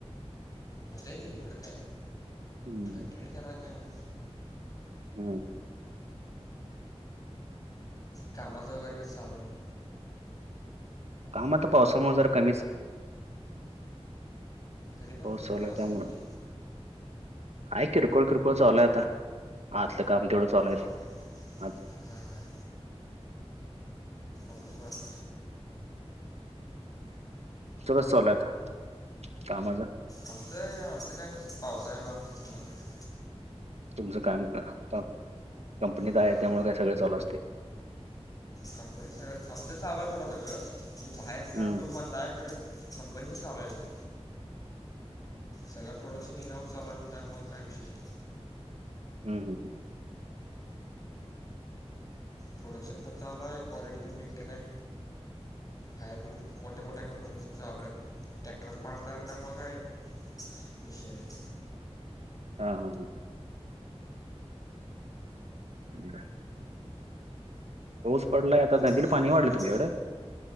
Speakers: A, on the left; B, on the right.
A: होतय की एवढं काय
B: हं,
A: कंटिन्यू करा काय म्हत.
B: हम्म
A: कामाचं वगैरे कस चालूय मग.
B: हा, म आता पावसामुळ जरा कमीच.
A: तरी पण
B: हो <unintelligible>
A: असेल
B: त्यामुळं.
A: की
B: ऐक की खरं <unintelligible> आता. आतलं काम तेवढं चालूय,
A: ऑफ
B: आज.
A: हां, हां. ऑफिसवर
B: सगळंच चालूय आता, कामाचा.
A: आमचं, आमचं काय नसत. पावसाळा येऊ आमचा संबंध नस
B: तुमचं काम. कंपनीत
A: हा
B: आहे त्यामुळे, काय सगळं चालू असतय.
A: कंपनी सगळं. आमचं चालूय सोडा सगळं. म्हणजे बाहेर ट्रान्सपोर्ट
B: हम्म
A: बंदाय खरं. कंपनीच चालूया वर्क. सगळ्या प्रोडक्शन इनाउस चालूय मग, त्यामुळं काय विषय नाही.
B: हम्, हम, ह.
A: प्रोडक्शन पण चालूय. क्वालिटी पण मेंटेनय. बाहेर मोठ्या- मोठ्या कंपनीज चालुयात. टॅक्टरच पार्ट त्यामुळं काय. विषय नाही.
B: हा, हा, हं. <unintelligible> पऊस पडलाय. आता नदीला
A: नवीन
B: पाणी
A: - नवीन
B: वाढलं
A: डेऊ.
B: तुमच्याकडं